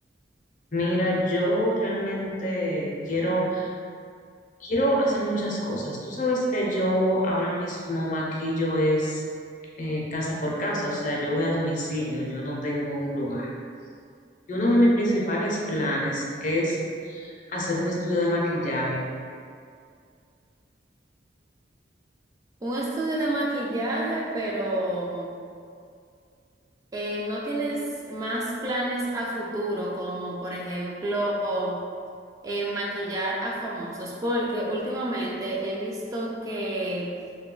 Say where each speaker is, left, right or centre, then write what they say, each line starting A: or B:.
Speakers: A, on the left; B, on the right.
A: mira, yo realmente quiero Quiero hacer muchas cosas. Tú sabes que yo ahora mismo maquillo es eh, casa por casa, o sea, yo voy a domicilio, yo no tengo un lugar. Y uno de mis principales planes es hacer un estudio de maquillaje.
B: Un estudio de maquillaje, pero eh, no tienes más planes a futuro, como por ejemplo... eh, maquillar a famosos, porque últimamente he visto que